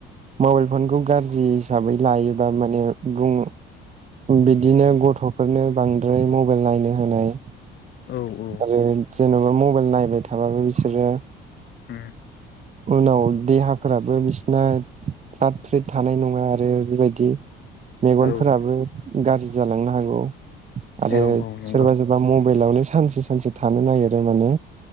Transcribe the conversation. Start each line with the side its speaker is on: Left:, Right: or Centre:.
Right: मबाइल फनखौ गाज्रि हिसाबै लायोबा माने बुं बिदिनो गथ'फोरनो बांद्राय मबेल नायनो होनाय
Left: औ औ
Right: आरो जेन'बा मबाइल नायबाय थाबाबो बिसोरो
Left: औ
Right: <inaudible> उनाव देहा फोराबो बिसिना फ्रात फ्रिद थानाय नङा आरो बिबायदि मेगनफोराबो
Left: औ
Right: गाज्रि जालांनो हागौ आरो
Left: औ औ नंगौ
Right: सोरबा सोरबा म बेलावनो सानसे सानसे थानो नागिरो माने